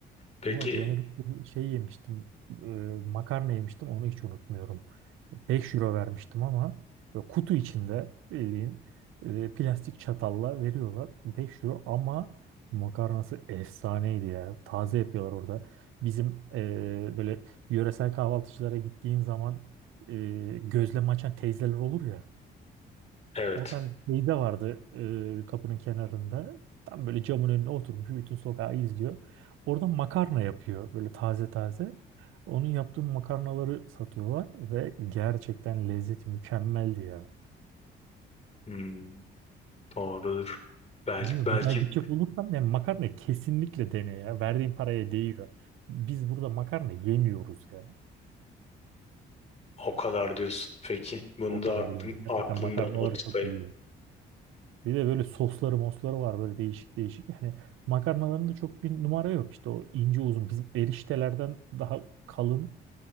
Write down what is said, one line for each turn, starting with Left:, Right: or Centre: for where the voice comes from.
Left: Peki
Right: Ama bak Venedik'te bir şey yemiştim. e, makarna yemiştim. Onu hiç unutmuyorum. 5 euro vermiştim ama böyle kutu içinde bildiğin e, plastik çatalla veriyorlar. 5 euro ama makarnası efsaneydi ya. Taze yapıyorlar orada. Bizim e, böyle yöresel kahvaltıcılara gittiğin zaman e, gözleme açan teyzeler olur ya.
Left: evet
Right: O tarz bir şey de vardı e, kapının kenarında. Tam böyle camın önüne oturmuş bütün sokağı izliyor. Orada makarna yapıyor böyle taze taze. Onun yaptığı makarnaları satıyorlar ve gerçekten lezzeti mükemmeldi ya.
Left: Hmm, doğrudur. Belki,
Right: Bilmiyorum
Left: belki
Right: bir daha gidecek olursam yani makarna kesinlikle dene ya. Verdiğin paraya değiyor. Biz burada makarna yemiyoruz ya.
Left: o kadar diyorsun. Peki bunu
Right: O
Left: da
Right: kadar
Left: aklım,
Right: yani. Gerçekten
Left: aklımdan
Right: makarnaları
Left: not tutayım.
Right: çok iyi. Bir de böyle sosları mosları var böyle değişik değişik. Yani makarnalarında çok bir numara yok. İşte o ince uzun bizim eriştelerden daha kalın